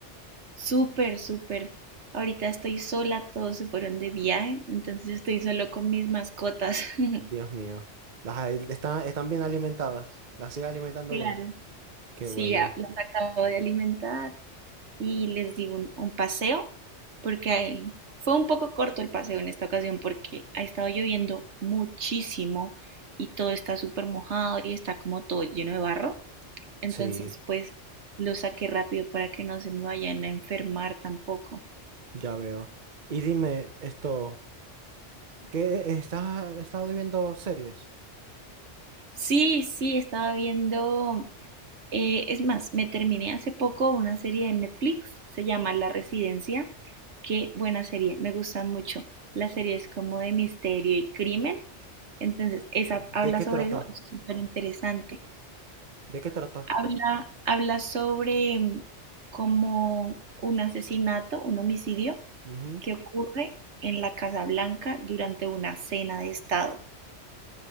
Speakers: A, on the right; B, on the right.
A: Súper, súper. Ahorita estoy sola, todos se fueron de viaje, entonces estoy solo con mis mascotas. <laughs>
B: Dios mío, las, hay- están, están bien alimentadas, las sigue alimentando
A: Claro.
B: bien. Qué
A: Sí,
B: bueno,
A: a- las acabo de alimentar y les di un, un paseo, porque eh, fue un poco corto el paseo en esta ocasión porque ha estado lloviendo muchísimo y todo está súper mojado y está como todo lleno de barro. Entonces,
B: sí,
A: pues lo saqué rápido para que no se me vayan a enfermar tampoco.
B: ya veo. Y dime esto, ¿qué estás, estado viendo series?
A: Sí, sí, estaba viendo, eh, es más, me terminé hace poco una serie de Netflix, se llama La Residencia. Qué buena serie, me gusta mucho. La serie es como de misterio y crimen, entonces esa
B: ¿De
A: habla
B: qué
A: sobre
B: trata?
A: eso, es súper interesante.
B: ¿De qué trata?
A: Habla, habla sobre mm, como un asesinato, un homicidio,
B: Ujú,
A: que ocurre en la Casa Blanca durante una cena de Estado.